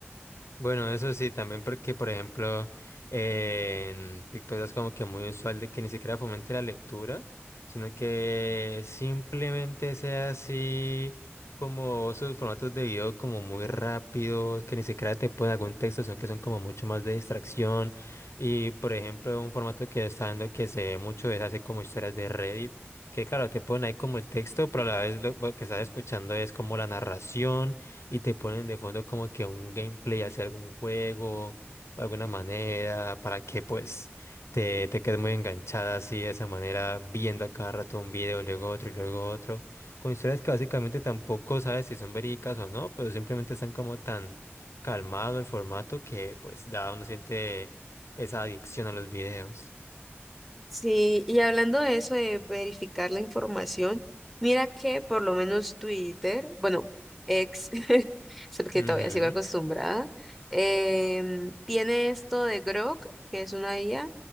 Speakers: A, on the left; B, in the centre.
A: Bueno, eso sí, también porque, por ejemplo, eh, en TikTok es como que muy usual de que ni siquiera fomente la lectura, sino que simplemente sea así como sus formatos de video como muy rápidos, que ni siquiera te ponen algún texto, sino que son como mucho más de distracción. Y, por ejemplo, un formato que está dando que se ve mucho es así como historias de Reddit, que claro, te ponen ahí como el texto, pero a la vez lo lo que estás escuchando es como la narración y te ponen de fondo como que un gameplay hacia algún juego, de alguna manera, para que pues te, te quedes muy enganchada así de esa manera, viendo a cada rato un video, luego otro y luego otro, con historias que básicamente tampoco sabes si son verídicas o no, pero simplemente están como tan calmado el formato que pues ya uno siente esa adicción a los videos.
B: Sí, y hablando de eso de verificar la información, mira que por lo menos Twitter, bueno, ex, <laughs> solo que
A: Ujú,
B: todavía sigo acostumbrada, em, tiene esto de Grok, que es una IA,